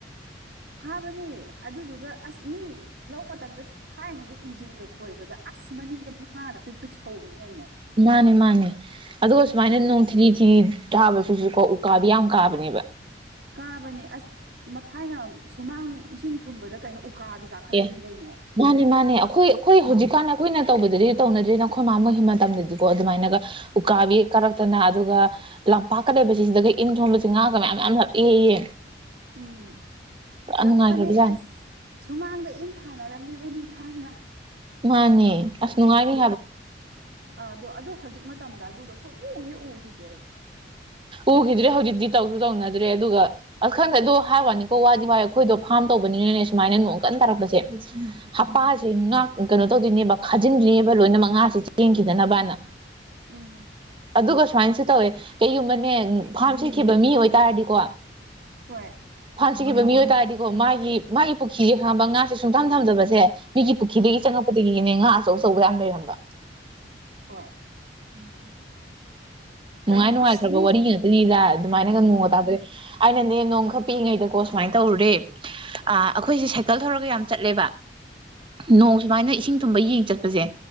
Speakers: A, on the right; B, on the right.
A: ꯐꯥꯕꯅꯦ ꯑꯗꯨꯗꯨꯒ ꯑꯁ ꯃꯤ ꯂꯧ ꯃꯇꯝꯗ ꯊꯥꯏꯅꯗꯤ ꯏꯟꯖꯤꯟꯒ ꯈꯣꯏꯕꯗ ꯑꯁ ꯃꯅꯤꯡꯗ ꯃꯉꯥꯗ ꯄ꯭ꯔꯤꯛ ꯄ꯭ꯔꯤꯛꯁ ꯁꯧꯕꯅꯤ ꯀꯩꯅꯣ
B: ꯃꯥꯅꯤ ꯃꯥꯅꯤ ꯑꯗꯨꯒ ꯁꯨꯃꯥꯏꯅ
A: ꯑꯗꯨ
B: ꯅꯣꯡ ꯊꯤꯅꯤ ꯊꯤꯅꯤ ꯊꯥꯕꯁꯤꯁꯨꯀꯣ ꯎꯀꯥꯕꯤ ꯌꯥꯝ ꯀꯥꯕꯅꯦꯕ
A: ꯀꯥꯕꯅꯦ ꯑꯁ ꯃꯊꯥꯏꯅ ꯁꯨꯃꯥꯡ ꯏꯁꯤꯡ ꯊꯨꯝꯕꯗ ꯀꯩꯅꯣ ꯎꯀꯥꯕꯤ ꯀꯥꯈꯠꯂꯛꯏꯅꯤ
B: ꯑꯦ
A: ꯀꯩꯅꯣ
B: ꯃꯥꯅꯦ ꯃꯥꯅꯦ ꯑꯈꯣꯏ ꯑꯈꯣꯏ ꯍꯧꯖꯤꯛꯀꯥꯟ ꯑꯈꯣꯏꯅ ꯇꯧꯕꯗꯗꯤ ꯇꯧꯅꯗ꯭ꯔꯦꯗ ꯑꯈꯣꯏ ꯃꯥ ꯃꯣꯏꯒꯤ ꯃꯇꯝꯗꯗꯤꯀꯣ ꯑꯗꯨꯃꯥꯏꯅꯒ ꯎꯀꯥꯕꯤ ꯀꯥꯔꯛꯇꯅ ꯑꯗꯨꯒ ꯂꯝꯄꯥꯛꯀꯗꯕꯁꯤ ꯁꯤꯗꯒ ꯏꯟ ꯊꯣꯡꯕꯁꯤ ꯉꯥꯒ ꯃꯌꯥꯝ ꯌꯥꯝ ꯂꯞꯑꯦꯌꯦ
A: ꯎꯝ
B: ꯅꯨꯡꯉꯥꯏꯈ꯭ꯔꯕꯖꯥꯠꯅꯤ
A: ꯂꯥꯛꯄ ꯍ ꯑꯁ ꯁꯨꯃꯥꯡꯗ ꯏꯟ ꯊꯥꯅꯔꯝꯃꯤꯕꯅꯤ ꯊꯥꯏꯅ
B: ꯃꯥꯅꯦ ꯑꯁ ꯅꯨꯡꯉꯥꯏꯔꯤ
A: ꯑꯗꯣ ꯑꯗꯣ ꯍꯧꯖꯤꯛ ꯃꯇꯝꯗ ꯑꯗꯨꯒ ꯁꯣꯛꯎ ꯍꯦꯛ ꯎꯈꯤꯗ꯭ꯔꯦ ꯑꯩ
B: ꯎꯈꯤꯗ꯭ꯔꯦ ꯍꯧꯖꯤꯛꯇꯤ ꯇꯧꯁꯨ ꯇꯧꯅꯗ꯭ꯔꯦ ꯑꯗꯨꯒ ꯑꯈꯪꯗꯗꯣ ꯍꯥꯏꯕꯅꯤꯀꯣ ꯋꯥꯗꯤ ꯋꯥꯏ ꯑꯩꯈꯣꯏꯗꯣ ꯐꯥꯝ ꯇꯧꯕꯅꯤꯅꯅꯦ ꯁꯨꯃꯥꯏꯅ ꯅꯣꯡ ꯀꯟꯅ ꯇꯥꯔꯛꯄꯁꯦ ꯍꯄꯥꯁꯦ
A: ꯎꯝ
B: ꯉ ꯀꯩꯅꯣ ꯇꯧꯗꯣꯏꯅꯦꯕ ꯈꯥꯖꯤꯟꯗꯣꯏꯅꯦꯕ ꯂꯣꯏꯅꯃꯛ ꯉꯥꯁꯦ ꯆꯦꯟꯈꯤꯗꯅꯕꯅꯥ
A: ꯎꯨꯝ
B: ꯑꯗꯨꯒ ꯁꯨꯃꯥꯏꯅꯁꯨ ꯇꯧꯋꯦ ꯀꯩꯒꯨꯝꯕꯅꯦ ꯐꯥꯝ ꯁꯤꯈꯤꯕ ꯃꯤ ꯑꯣꯏꯇꯥꯔꯗꯤꯀꯣ
A: ꯍꯣꯏ
B: ꯐꯥꯟꯖꯈꯤꯕ ꯃꯤ ꯑꯣꯏꯇꯥꯔꯗꯤꯀꯣ ꯃꯥꯒꯤ ꯃꯥꯒꯤ ꯄꯨꯈ꯭ꯔꯤꯁꯦ ꯈꯪꯕ ꯉꯥꯁꯦ ꯁꯨꯡꯊꯝ ꯊꯝꯖꯕꯁꯦ ꯃꯤꯒꯤ ꯄꯨꯈ꯭ꯔꯤꯗꯒꯤ
A: ꯎꯝ
B: ꯆꯪꯉꯛꯄꯗꯒꯤꯅꯦ ꯉꯥ ꯑꯆꯧ ꯑꯆꯧꯕ ꯌꯥꯝ ꯂꯩꯔꯝꯕ
A: ꯍꯣꯏ
B: ꯎꯨꯝ ꯅꯨꯡꯉꯥꯏ
A: ꯀꯩꯅꯣ
B: ꯅꯨꯡꯉꯥꯏꯈ꯭ꯔꯕ
A: ꯑꯁ ꯃꯤ
B: ꯋꯥꯔꯤ ꯉꯥꯛꯇꯒꯤꯗ ꯑꯗꯨꯃꯥꯏꯅꯒ
A: ꯑꯥ
B: ꯅꯣꯡꯉ ꯇꯥꯗꯣꯔꯦ ꯑꯩꯅꯅꯦ ꯅꯣꯡ ꯈꯔ ꯄꯤꯛꯏꯉꯩꯗꯀꯣ ꯁꯨꯃꯥꯏꯅ ꯇꯧꯔꯨꯔꯦ ꯑ ꯑꯩꯈꯣꯏꯁꯦ ꯁꯥꯏꯀꯜ ꯊꯧꯔꯒ ꯌꯥꯝ ꯆꯠꯂꯦꯕ ꯅꯣꯡ ꯁꯨꯃꯥꯏꯅ ꯏꯁꯤꯡ ꯊꯨꯝꯕ ꯌꯦꯡ ꯆꯠꯄꯁꯦ